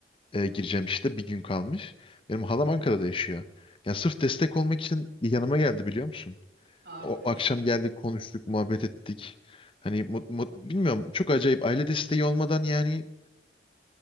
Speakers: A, on the left (about 30°); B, on the right (about 60°).
A: e, gireceğim işte bir gün kalmış. Benim halam Ankara'da yaşıyor. Ya sırf
B: hı
A: destek
B: hı.
A: olmak için yanıma geldi biliyor musun?
B: Harika
A: O akşam
B: bir şey.
A: geldik, konuştuk, muhabbet ettik. Hani mut, mut- bilmiyorum çok acayip aile desteği olmadan yani